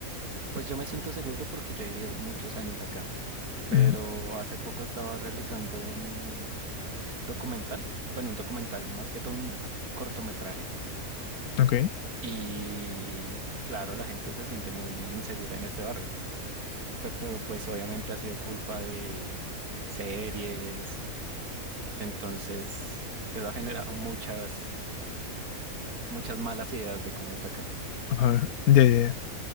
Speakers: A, on the right; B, on the left.
A: pues yo me siento seguro porque yo he vivido muchos años acá, pero
B: mm,
A: hace poco estaba realizando un documental, bueno, un documental, más que todo un cortometraje,
B: ok,
A: y claro, la gente se siente muy insegura en este barrio. Pe- Pero pues obviamente ha sido culpa de series, entonces eso ha generado muchas, muchas malas ideas de cómo es acá.
B: ajá, ya, ya, ya.